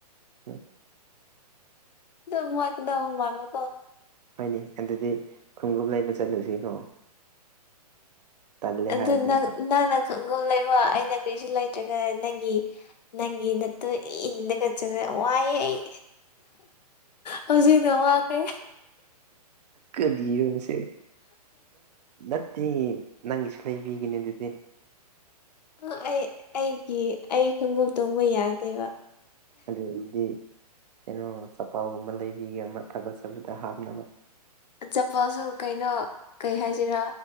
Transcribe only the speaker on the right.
ꯎꯝ
ꯍꯣꯏꯅꯦ ꯑꯗꯨꯗꯤ ꯈꯣꯡꯎꯞ ꯂꯩꯕ ꯆꯠꯂꯨꯁꯤꯀꯣ ꯇꯜꯂꯦ
ꯍꯥꯏꯕ ꯑꯃꯨꯛꯀ
ꯀꯗꯤ ꯌꯣꯁꯦ ꯅꯠꯇꯦ ꯅꯪꯒꯤꯁꯨ ꯂꯩꯕꯤꯒꯅꯤ ꯑꯗꯨꯗꯤ
ꯑꯗꯨ ꯑꯣꯏꯗꯤ ꯀꯩꯅꯣ ꯆꯞꯄꯥꯜꯒꯨꯝꯕ ꯂꯩꯕꯤꯒꯦ ꯑꯃ ꯊꯕꯛ ꯆꯇꯄꯥꯗ ꯍꯥꯞꯅꯕ